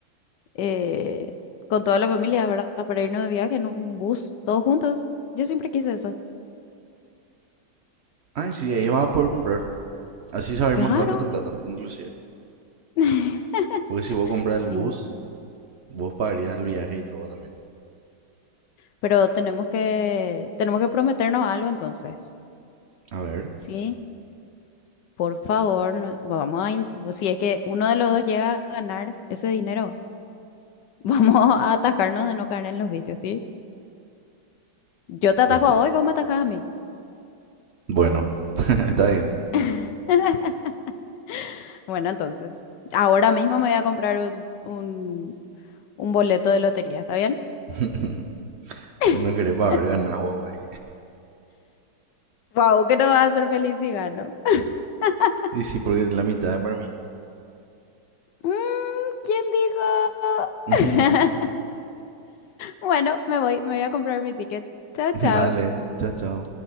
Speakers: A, on the left (about 70°); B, on the right (about 85°).
A: eh, con toda la familia, ¿verdad? Para irnos de viaje en un bus, todos juntos. Yo siempre quise eso.
B: Ay, sí, ahí vas a poder comprar. Así saber
A: Claro.
B: más rápido tu plata, inclusive.
A: <laughs>
B: Porque si vos compras el bus,
A: Sí,
B: vos pagarías el viaje y todo también.
A: pero tenemos que, tenemos que prometernos algo entonces,
B: A ver,
A: ¿sí? Por favor, no- vamos a, in- si es que uno de los dos llega a ganar ese dinero, <laughs> vamos a atajarnos de no caer en los vicios, ¿sí? Yo te atajo
B: ya está.
A: a vos y vos me atajás a mí.
B: Bueno, <laughs> está bien.
A: <laughs> Bueno, entonces, ahora mismo me voy a comprar un, un, un boleto de lotería, ¿está bien?
B: <laughs>
A: <laughs>
B: No querés pagar ganas vos, güey.
A: Wow, que no va a ser feliz si gano. <laughs>
B: Y sí, porque la mitad es para mí.
A: Mm, ¿quién dijo?
B: <laughs>
A: <laughs> Bueno, me voy, me voy a comprar mi ticket. Chao, chao.
B: Dale, chao, chao.